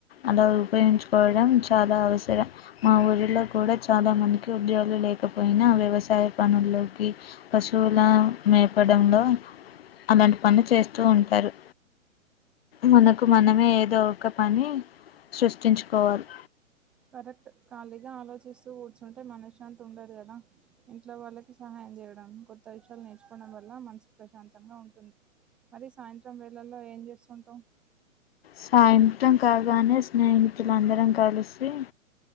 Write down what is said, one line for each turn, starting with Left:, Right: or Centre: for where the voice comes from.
Left: అలా ఉపయోగించుకోవడం చ్ చాలా అవసరం మా ఊరిలో కూడా చాలా మందికి ఉద్యోగం లేకపోయినా వ్యవసాయ పనుల్ లోకి పశువుల మేపడంలో అలాంటి పనులు చేస్తూ ఉంటారు మనకు మనమే ఏదో ఒక పని సృష్టించుకోవాలి
Centre: కరెక్ట్ ఖాళీగా ఆలోచిస్తూ కూర్చుంటే మనశ్శాంతి ఉండదు కదా ఇంట్లో వాళ్ళకి సహాయం చేయడం కొత్త విషయాలు నేర్చుకోవడం వల్ల మనసు ప్రశాంతంగా ఉంటుంది మరి సాయంత్రం వేళ్ళల్లో ఏం చేస్తు ఉంటావ్
Left: సాయంత్రం కాగానే స్నేహితులందరం కలిసి